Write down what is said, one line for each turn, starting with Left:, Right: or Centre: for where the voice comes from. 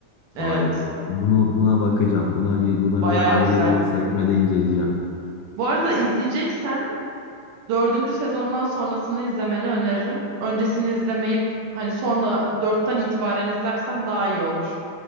Right: Evet.
Left: Vay be. Bunu buna bakacağım. Buna bir buna
Right: Bayağı
Left: bir ayrı
Right: güzel.
Left: bir sekmede inceleyeceğim.
Right: Bu arada izleyeceksen dördüncü sezondan sonrasını izlemeni öneririm. Öncesini izlemeyip hani sonra dörtten itibaren izlersen daha iyi olur.